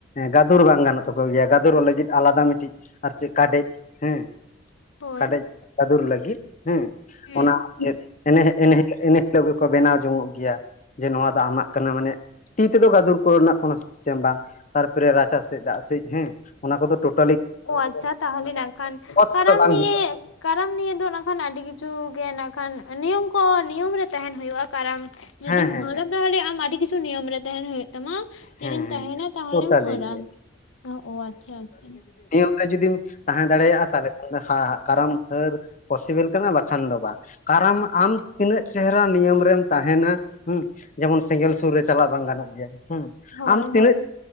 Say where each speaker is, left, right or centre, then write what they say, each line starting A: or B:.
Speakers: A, on the left; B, on the left.
A: ᱜᱟᱫᱩᱨ ᱵᱟᱝ ᱜᱟᱱᱚᱜ ᱛᱟᱠᱚ ᱜᱮᱭᱟ ᱜᱟᱫᱩᱨᱚᱜ ᱞᱟᱹᱜᱤᱫ ᱟᱞᱟᱫᱟ ᱢᱤᱫᱴᱤᱡ ᱟᱨ ᱪᱮᱫ ᱠᱟᱰᱮᱡ ᱦᱮᱸ
B: ᱦᱳᱭ
A: ᱠᱟᱰᱮᱡ ᱜᱟᱫᱩᱨ ᱞᱟᱹᱜᱤᱫ ᱦᱮᱸ
B: ᱦᱩᱸ
A: ᱚᱱᱟ ᱪᱮᱫ ᱮᱱᱮ ᱮᱱᱮ ᱮᱱᱮᱦᱤᱞᱳᱜᱮᱻ ᱠᱚ ᱵᱮᱱᱟᱣ ᱡᱚᱝᱚᱜ ᱜᱮᱭᱟ ᱡᱮ ᱱᱚᱣᱟ ᱫᱚ ᱟᱢᱟᱜ ᱠᱟᱱᱟ ᱢᱟᱱᱮ ᱛᱤ ᱛᱮᱫᱚ ᱜᱟᱫᱩᱨ ᱠᱚᱨᱮᱱᱟᱜ ᱠᱚᱱᱚ ᱥᱤᱥᱴᱮᱢ ᱵᱟᱝ ᱛᱟᱨᱯᱚᱨᱮ ᱨᱟᱪᱟ ᱥᱮᱫ ᱫᱟᱜ ᱥᱮᱡ ᱦᱮᱸ ᱚᱱᱟ ᱠᱚᱫᱚ ᱴᱚ <unintelligible>
B: ᱚ ᱟᱪᱪᱷᱟ ᱛᱟᱦᱚᱞᱮ ᱱᱟᱜ ᱠᱷᱟᱱ
A: ᱚᱛ
B: ᱠᱟᱨᱟᱢ
A: ᱨᱮᱫᱚ ᱵᱟᱝ
B: ᱱᱤᱭᱮᱻ
A: ᱦᱩᱭᱩᱜ
B: ᱠᱟᱨᱟᱢ ᱱᱤᱭ ᱫᱚ ᱱᱟᱜ ᱠᱷᱟᱱ ᱟᱹᱰᱤ ᱠᱤᱪᱷᱩ ᱜᱮ ᱱᱟᱜ ᱠᱷᱟᱱ ᱱᱤᱭᱚᱢ ᱠᱚ ᱱᱤᱭᱚᱢ ᱨᱮ ᱛᱟᱦᱮᱱ ᱦᱩᱭᱩᱜᱼᱟ ᱠᱟᱨᱟᱢ ᱡᱩᱫᱤᱢ
A: ᱦᱮᱸ ᱦᱮᱸ
B: ᱦᱟᱹᱬᱟᱹ ᱫᱟᱲᱮᱭᱟᱜᱼᱟ ᱟᱢ ᱟᱹᱰᱤ ᱠᱤᱪᱷᱩ ᱱᱤᱭᱚᱢ ᱨᱮ ᱛᱟᱦᱮᱱ ᱦᱩᱭᱩᱜ ᱛᱟᱢᱟ ᱡᱩᱫᱤᱢ
A: ᱦᱮᱸ ᱦᱮᱸ
B: ᱛᱟᱦᱮᱱᱟ ᱛᱟᱦᱚᱞᱮᱢ
A: ᱴᱳᱴᱟᱞᱤ
B: ᱦᱚᱞᱟᱢ
A: ᱜᱮ
B: ᱦᱟᱹᱨᱟᱢ ᱚ ᱟᱪᱪᱷᱟ ᱟᱪᱪᱷᱟ
A: ᱟᱨ ᱡᱩᱫᱤᱢ ᱛᱟᱦᱮᱸ ᱫᱟᱲᱮᱭᱟᱜᱼᱟ ᱛᱟᱦᱚᱞᱮ ᱠᱷᱟᱱᱫᱚ ᱠᱟᱨᱟᱢ ᱦᱟᱹᱨ ᱯᱚᱥᱤᱵᱮᱞ ᱠᱟᱱᱟ ᱵᱟᱠᱷᱟᱱ ᱫᱚ ᱵᱟᱝ ᱠᱟᱨᱚᱱ ᱟᱢ ᱛᱤᱱᱟᱹᱜ ᱪᱮᱦᱨᱟ ᱱᱤᱭᱚᱢ ᱨᱮᱢ ᱛᱟᱦᱮᱱᱟ ᱦᱩᱸ ᱡᱮᱢᱚᱱ ᱥᱮᱸᱜᱮᱞ ᱥᱩᱨ ᱨᱮ ᱪᱟᱞᱟᱜ ᱵᱟᱝ ᱜᱟᱱᱚᱜ ᱜᱮᱭᱟ ᱦᱩᱸ
B: ᱦᱳᱭ
A: ᱟᱢ ᱛᱤᱱᱟᱹᱜ
B: ᱦᱳᱭ